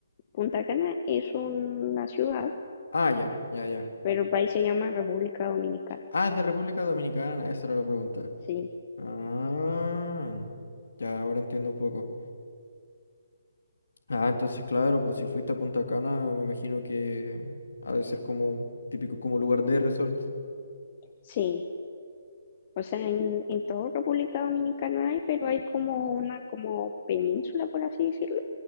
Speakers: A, on the left (about 35°); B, on the left (about 60°).
A: Punta Cana es una ciudad,
B: Ah, ya, ya, ya.
A: pero el país se llama República Dominicana.
B: Ah, es de República Dominicana, esa era la pregunta.
A: Sí,
B: Ah, ya ahora entiendo un poco. Ah, entonces claro, pues si fuiste a Punta Cana, me imagino que ha de ser como típico como lugar de resort.
A: sí. O sea, en, en toda República Dominicana hay, pero hay como una como península, por así decirlo,